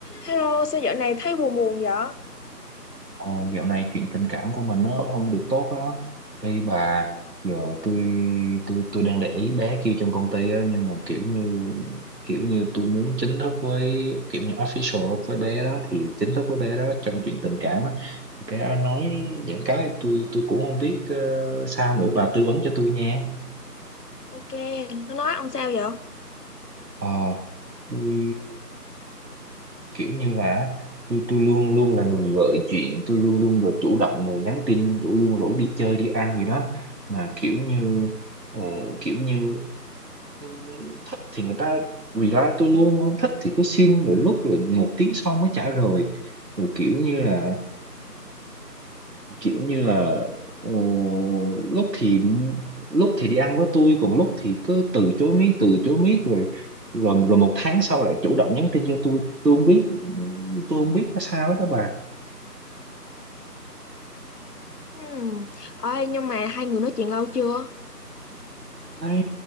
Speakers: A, on the left; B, on the right.
A: Hello, sao dạo này thấy buồn buồn vậy?
B: Ồ, dạo này chuyện tình cảm của mình nó không được tốt á đây bà giờ tôi tôi tôi đang để ý bé kia trong công ty á nhưng mà kiểu như kiểu như tôi muốn chính thức với kiểu như official với bé đó thì chính thức với bé đó trong chuyện tình cảm á bé đó nói những cái tôi tôi cũng không biết ờ, sao nữa bà tư vấn cho tôi nha
A: Ok, nó nói ông sao vậy?
B: ờ tôi kiểu như là tôi tôi luôn luôn là người gợi chuyện tôi luôn luôn là chủ động người nhắn tin rủ luôn rủ đi chơi đi ăn gì đó mà kiểu như ờ, kiểu như ừm, thích thì người ta reply tôi luôn không thích thì cứ xin rồi lúc rồi một tiếng sau mới trả lời rồi kiểu như là kiểu như là ờ, lúc thì lúc thì đi ăn với tôi còn lúc thì cứ từ chối miết từ chối miết rồi rồi rồi một tháng sau lại chủ động nhắn tin cho tôi tôi không biết tôi không biết nó sao hết đó bà
A: Hmm. Ôi, nhưng mà hai người nói chuyện lâu chưa?
B: nói